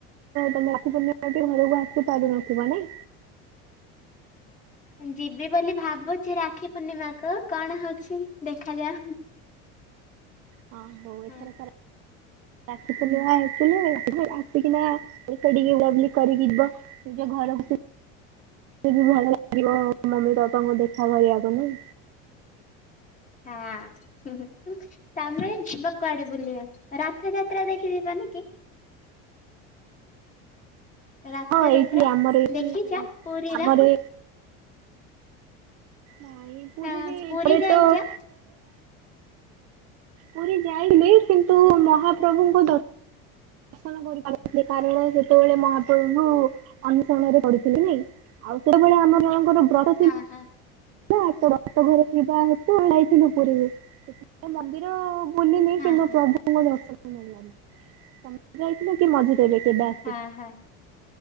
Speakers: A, on the right (about 50°); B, on the left (about 25°).
A: ତମେ ରଖି ପୂର୍ଣାମ ଘରକୁ ଆସି ପାରୁନଥିବ ନାଇଁ
B: ଯିବି ବୋଲି ଭାବୁଛି ରାକ୍ଷୀ ପୂର୍ଣିମାକୁ କଣ ହଉଛି ଦେଖାଯାଉ।
A: ହଁ ହଉ ଏଥର
B: ହଁ।
A: ରଖି ପୂର୍ଣାମା ଆସିଲେ ଆସିକିନା ଗୀତ ଟିକେ <unintelligible> କରିକି ଯିବ ନିଜ ଘରକୁ ଭଲ ଲାଗିବ ମମି ବାପାଙ୍କୁ ଦେଖା କରିବାକୁ ନେଇ।
B: ହାଁ ହଁ ହଁ ହଁ ତମେ ଯିବା କୁଆଡେ ବୁଲିବା ରଥ ଯାତ୍ରା ଦେଖି ଯିବନ କି? ରଥଯାତ୍ରା
A: ହଁ ଏଇଠି ଆମର ଏଇଠି
B: ଦେଖିଛ ପୁରୀର
A: ଆମର ନାଇଁ ପୁରୀରେ
B: ନା ପୁରୀ
A: ଘରେ
B: ଯାଇଛ?
A: ପ୍ରାୟ ପୁରୀ ଯାଇଲେ କିନ୍ତୁ ମହାପ୍ରଭୁଙ୍କ ଦ କରିପାରିନଥିଲି କାରଣ ସେତେବେଳେ ମହାପ୍ରଭୁୁ ଅନୁସରଣରେ ପଡ଼ିଥିଲି ନାଇଁ ଆଉ ସେଭଳିଆ ଆମରଙ୍କର ବ୍ର
B: ହଁ ହଁ
A: ତାତ ଘରେ ଥିବା ହେତୁ ଯାଇ ଥିଲୁ ପୁରିକୁ ସେ ମନ୍ଦିର ବୁଲନି
B: ହଁ
A: କିନ୍ତୁ
B: ହଁ
A: ପ୍ରଭୁଙ୍କ ଦର୍ଶନ ନେଲାନି ସମ ଯାଇଥିଲ କି ମଜା ଦେବେ କେଟା
B: ହଁ ହଁ